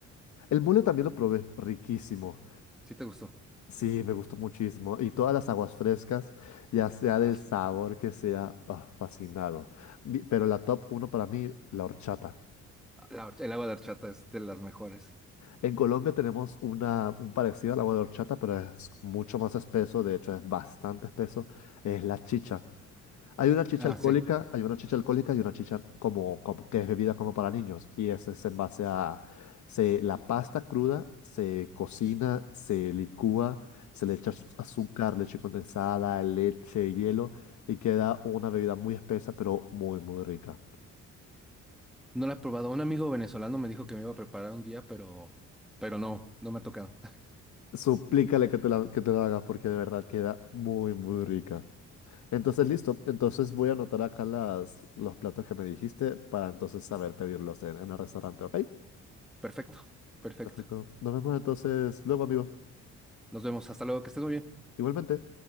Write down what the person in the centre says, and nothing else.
¿Sí te gustó?
Ah,
sí.
La horch- el agua de horchata es de las mejores.
Ah,
sí.
No la he probado. Un amigo venezolano me dijo que me iba a preparar un día, pero, pero no, no me ha tocado.
<laughs> Perfecto, perfecto.
Nos vemos. Hasta luego, que estés muy bien.